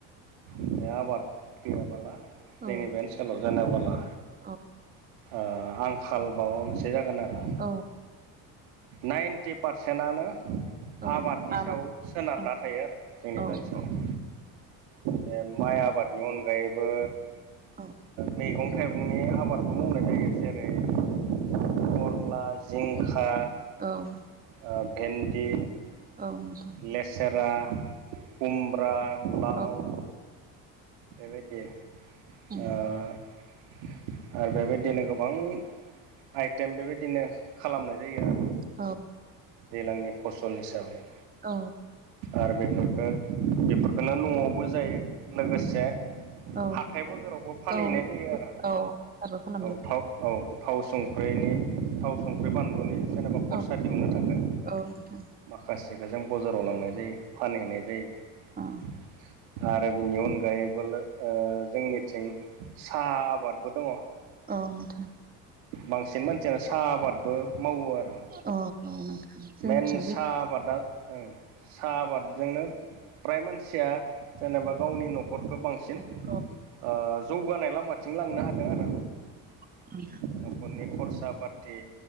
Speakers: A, on the right; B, on the right.
A: बे आबाद गैयाबाला जोंनि
B: औ
A: बे ओन सोलाव जानाबोला
B: औ
A: ओ आंखाल माबा मोनसे जागोन आरो।
B: औ
A: नाइन्टि पारसेन्टानो
B: औ
A: आबादनि
B: आबाद
A: सायाव सोनारना
B: औ
A: थायो आरो। जोंनि
B: औ
A: बे ओनसोलाव
B: औ
A: बे माइ आबादनि अनगायैबो
B: औ
A: मेगं थाइगंनि आबादबो मावनाय जायो जेरै- फरला जिंखा
B: औ
A: ओ भेन्दि
B: औ नोंगौ
A: लेसेरा खुमब्रा लाव
B: औ
A: बेबायदि
B: औ
A: ओ आरो बेबायदिनो गोबां आइटेम बेबायदिनो खालामनाय जायो आरो
B: औ
A: दैलांनि फसल हिसाबै
B: औ
A: आरो बेफोरबो बेफोरखौनो न'आवबो जायो। लोगोसे
B: औ
A: हाथाय बाजारावबो फानहैनाय
B: औ
A: जायो
B: बेफारबो
A: आरो
B: खालामनाय
A: औ थाव औ थाव संख्रिनि थाव संख्रि बानलुनि जेनेबा खरसा
B: औ
A: दिहुननो थाखाय।
B: औ नोंथां
A: माखासेखौ जों बजाराव लांनाय जायो फानहैनाय जायो।
B: औ
A: आरो बिनि अनगायैबो लो ओ जोंनिथिं साहा आबादबो दङ।
B: औ नोंथां
A: बांसिन मानसियानो साहा आबादबो मावो आरो।
B: अ औ नोंथां जोंनिथिं
A: मइेन साहा
B: बे
A: आबादा ओ साहा आबादजोंनो फ्राय मानसिया जेनेबा गावनि न'खरखौ बांसिन
B: औ
A: ओ जौगानाय लामाथिं लांनो हादों आरो।
B: <unintelligible>
A: न'खरनि खरसा पाथि